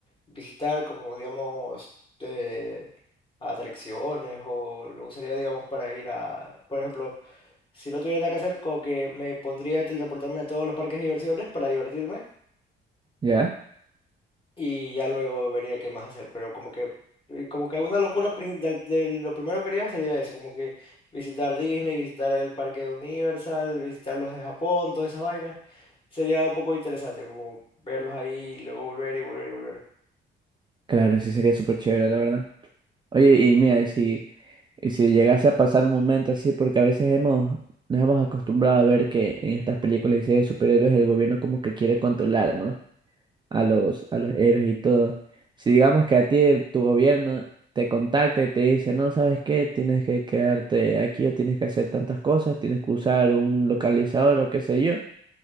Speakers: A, on the left; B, on the right.
A: visitar como, digamos, eh, atracciones o lo usaría, digamos, para ir a, por ejemplo, si no tuviera nada que hacer, como que me pondría a teletransportarme a todos los parques de diversiones para divertirme
B: ¿Ya?
A: y ya luego vería qué más hacer, pero como que eh, como que una locura prin- del- de, lo primero que haría sería eso, como que visitar Disney, visitar el parque de Universal, visitar los de Japón, todas esas vainas. Sería un poco interesante como verlos ahí y luego volver y volver y volver.
B: Claro, sí sería súper chévere, la verdad. Oye, y mira, y si, y si llegase a pasar un momento así, porque a veces hemos, nos hemos acostumbrado a ver que en estas películas y series de superhéroes el gobierno como que quiere controlar, ¿no? A los, a los héroes y todo. Si digamos que a ti el- tu gobierno te contacta y te dice, no, ¿sabes qué? Tienes que quedarte aquí o tienes que hacer tantas cosas, tienes que usar un localizador o qué sé yo.